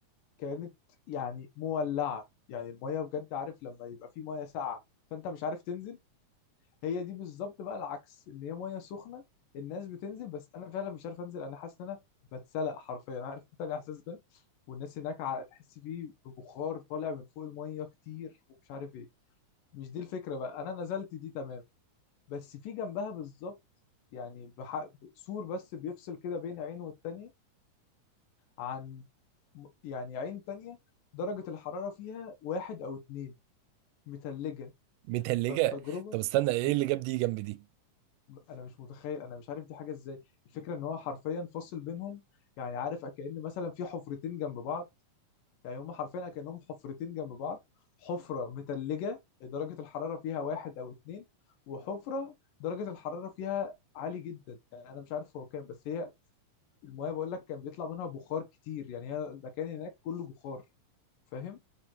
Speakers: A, on the left (about 85°); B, on the right (about 80°).
A: كانت يعني مولعه يعني الميه بجد عارف لما يبقى في ميه ساقعه فانت مش عارف تنزل هي دي بالظبط بقى العكس ان هي ميه سخنه الناس بتنزل بس انا فعلا مش عارف انزل انا حاسس ان انا بتسلق حرفيا عارف انت الاحساس ده والناس هناك ع- تحس فيه ببخار طالع من فوق الميه كتير ومش عارف ايه مش دي الفكرة بقى أنا نزلت دي تمام بس في جنبها بالظبط يعني بح... سور بس بيفصل كده بين عين والتانية عن م- يعني عين تانية درجة الحرارة فيها واحد أو اتنين متلجة
B: متهلجة
A: فالتجربة
B: طب استنى إيه
A: مت...
B: اللي جاب دي جنب دي؟
A: أنا مش متخيل أنا مش عارف دي حاجة إزاي الفكرة إن هو حرفيا فاصل بينهم يعني عارف كأن مثلا في حفرتين جنب بعض يعني هم حرفيا كأنهم حفرتين جنب بعض حفرة متلجة درجة الحرارة فيها واحد أو اتنين وحفرة درجة الحرارة فيها عالي جدا يعني أنا مش عارف هو كام بس هي المايه بقول لك كان بيطلع منها بخار كتير يعني هي المكان هناك كله بخار فاهم